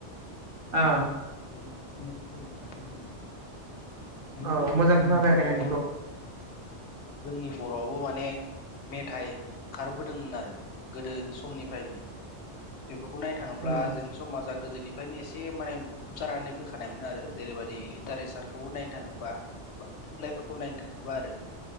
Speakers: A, on the left; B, on the right.
A: गोदो‌
B: आ
A: गोदाय एसां मेथाइ फोजोबखागोन दे बे
B: औ
A: समाव
B: मोजां
A: जों
B: खोनाफैयाखै
A: बर'आवबो
B: नोंनिखौ
A: जोंनि बर'आवबो माने मेथाइ ओंखारबोदोंमोन आरो गोदोनि समनिफ्रायनो बेफोरखौ नायनो थाङोब्ला
B: उम
A: जोंनि समाजा गोदोनि ओखायनो एसे माने मुखुब जानानै फैखानायमोन आरो जेरैबायाददि लिटारेसारखौबो नायनो थाङोबा बा थुनलाइफोरखौ नायनो थाङोबा आरो